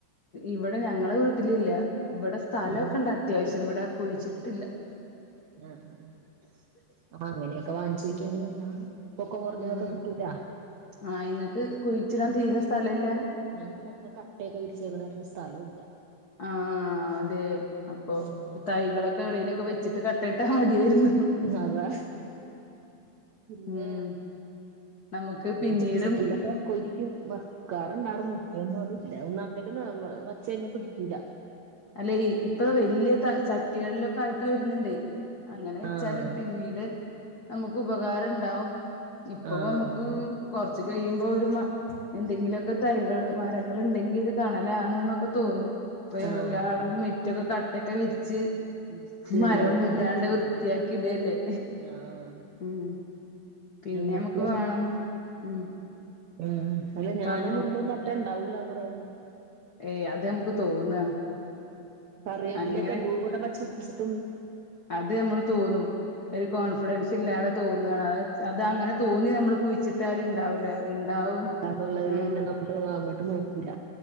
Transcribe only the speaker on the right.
ഉം
ആ ആ ആ അങ്ങനെയൊക്കെ വാങ്ങിച്ചിരിക്കണല്ല പൊക്കം കുറഞ്ഞത്
ഒക്കെ കിട്ടൂല
ഞങ്ങക്ക് മൊപ്പം കട്ടയൊക്കെ വിരിച്ചേക്കണതു കൊണ്ട് സ്ഥലം ഇല്ല
ഉം
അതാ പിന്നെ
ചെടിച്ചട്ടിയിലൊക്കെ ഒക്ക ഒരിക്കും <unintelligible> വക്കാറണ്ടായിർന്ന് ഒന്ന അതില്ല ഒന്നാമത്തെട്ട് വച്ച കഴിഞ്ഞ പിടിക്കൂല
ആഹ്
ആഹ്
അതന്നെ
ആഹ്
വിരിച്ച്
വെള്ളം വെക്കാണ്
ആഹ്
ഞങ്ങക്ക്
ഉം അല്ല ഞാനൊന്നും
ഒന്നു നട്ടാണ്ടാവൂല്ലന്ന് പറയാണ്.
കറിവേപ്പിലൊക്കെ
എന്തോരം വച്ച് പിടിപ്പിച്ചിട്ടും
ഉണ്ടാവൂലാന്നുള്ളതില്
പിന്നെ നമ്മള് അങ്ങോട്ട് നോക്കൂല